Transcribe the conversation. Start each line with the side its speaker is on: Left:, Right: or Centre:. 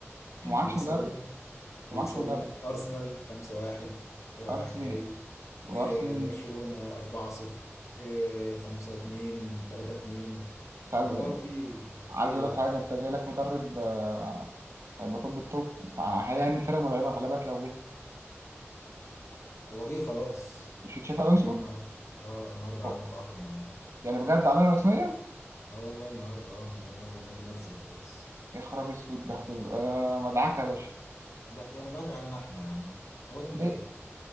Left: <laughs>
Right: ومعكش
Left: بيكسبونا
Right: مدرب انت
Left: بيكسبونا
Right: معكش مدرب
Left: أرسنال 5-1 رايح
Right: أرسن
Left: جاي
Right: وأرسن
Left: آه، برشلونة 4-0 آه، 5-2 3-2
Right: بس عايز
Left: اللي هو في في
Right: عايز
Left: إيه
Right: أقول
Left: يا
Right: لك
Left: جدعان
Right: حاجة أنت جاي لك مدرب آه، هيبقى توب التوب هيعمل فرقة مرعبة خلي بالك لو جه
Left: هو جه خلاص
Right: مش تشافي ألونسو
Left: جه النهارده اه النهارده
Right: هوب
Left: اعلنوا التعاقد معاه
Right: يعني بجد علينا رسميا
Left: اه والله النهارده اه النادي النادي نزل خلاص
Right: يا خراب أسود ده هتبقى مدعكة يا باشا
Left: ده هتبقى متعاقد علينا احنا يا عم هو ده مدرب
Right: ليه